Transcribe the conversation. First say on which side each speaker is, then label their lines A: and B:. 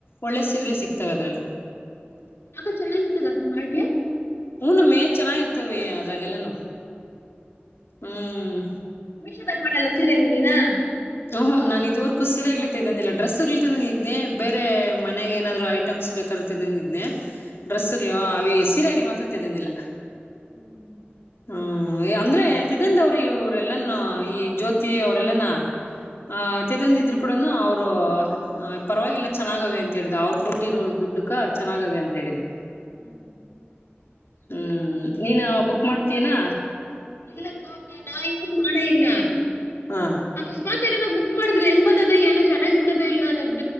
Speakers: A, on the left; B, on the left.
A: ಒಳ್ಳೆ ಸೀರ್ಗಳೆ ಸಿಗ್ತವೆ ಅದ್ರಲ್ಲಿ.
B: ಅಕ ಚೆನ್ನಾಗಿರ್ತದಕ ಕ್ವಾಲಿಟಿ.
A: ಹು ನಮ್ಮಿ ಚೆನ್ನಾಗಿರ್ತವೆ ಅದ್ರಾಗೆಲ್ಲನು. ಹ್ಮ್
B: ಮೀಶೋದಾಗ್ ಮಾಡಲ್ಲ ಸೀರೆಗಳ್ ನೀನು.
A: ಹ್ ಹು ನಾನ್ ಇದುವರ್ಕು ಸೀರೆಗಳೆ ತಿನನ್ದಿಲ್ಲ ಡ್ರೆಸ್ರ್ಲಗಳ್ ಇದ್ನೆ ಬೇರೆ ಮನೆಗ್ ಏನಾದ್ರು ಐ ಟ್ಸ್ಮ್ ಬೇಕಾರು ತಿನಂದಿದ್ನೇ ಡ್ರೆಸ್ಗಳು ಅವಿ ಸೀರೆಗ್ಳ್ ಸತಿನಂದಿಂದಿಲ್ಲ.
B: ಹ್ಮ್
A: ಹ್ಮ್ ಅಂದ್ರೆ ತಿದ್ದಂದ್ ಅವ್ರಿ ಇವ್ರಲ್ಲಾನ ಈ ಜ್ಯೋತಿ ಅವ್ರೆಲ್ಲಾನ. ಹ ತಿದಂದಿದ್ರು. ಕೂಡನು ಅವ್ರು ಪರ್ವಾಗಿಲ್ಲ ಚೆನ್ನಾಗವೇ ಅಂತ ಹೇಳಿದ್ ಅವ್ರು ಕೊಟ್ಟಿರೋ ದುಡ್ಡುಕ ಚೆನ್ನಾಗವೆ ಅಂತ ಹೇಳಿದ್ರು.
B: ಹ್ಮ್ ಹ್ಮ್.
A: ಹ್ಮ್ ನೀನ ಬುಕ್ ಮಾಡ್ತಿಯನಾ.
B: ಇಲ್ಲಕ್ಕೂ ನಾ ಇವಾಗ್ ಮಾಡೇ ಇಲ್ಲ
A: ಹ
B: ಅಕಸ್ ಯ ತರೇನೋ ಬುಕ್ ಮಾಡಿದ್ರ ಹೆಂಗ ಬತದ ಏನೋ ಚೆನಾಗಿರ್ತದ ಇಲ್ಲದ್ ಅ